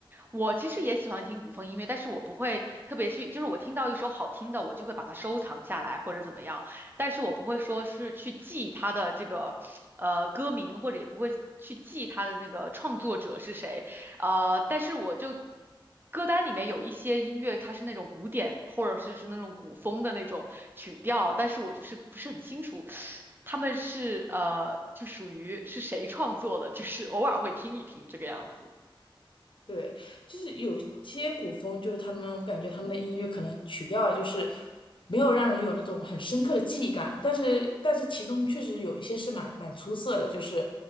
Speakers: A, on the right; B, on the left.
A: 我其实也喜欢听古风音乐，但是我不会特别去，就是我听到一首好听的，我就会把它收藏下来或者怎么样，但是我不会说是去记它的这个呃歌名，或者也不会去记它的那个创作者是谁，呃，但是我就歌单里面有一些音乐，它是那种古典或者是是那种古风的那种曲调，但是我就是不是很清楚。他们是呃，就属于是谁创作的，就是偶尔会听一听这个样子。
B: 对，就是有些古风，就是他们，我感觉他们的音乐可能曲调啊，就是没有让人有那种很深刻的记忆感，但是但是其中确实有一些是蛮蛮出色的，就是，